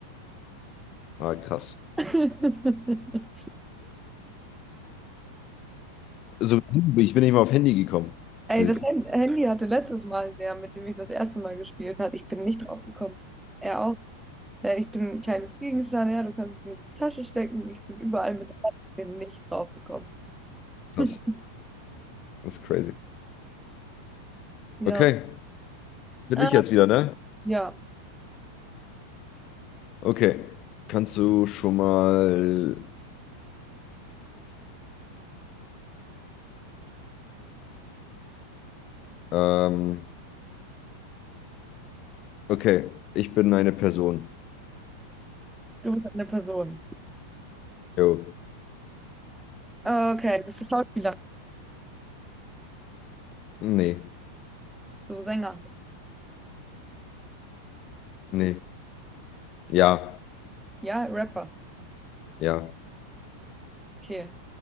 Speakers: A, on the left; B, in the centre.
A: Ah, krass.
B: <laughs>
A: So, ich bin nicht mal auf Handy gekommen.
B: Ey,
A: Wild.
B: das Hand- Handy hatte letztes Mal der, mit dem ich das erste Mal gespielt hat. Ich bin nicht drauf gekommen. Er auch. Ja, ich bin ein kleines Gegenstand, ja, du kannst es mir in die Tasche stecken. Ich bin überall mit dabei. Ich bin nicht drauf gekommen.
A: Krass.
B: <laughs>
A: Das ist crazy.
B: Ja.
A: Okay, bin
B: Äh,
A: ich jetzt wieder, ne?
B: ja,
A: Okay. Kannst du schon mal ähm, Okay, ich bin eine Person.
B: du bist eine Person.
A: Jo.
B: Okay, bist du Schauspieler?
A: Nee,
B: Bist du Sänger?
A: nee. Ja,
B: Ja, Rapper.
A: ja,
B: Okay.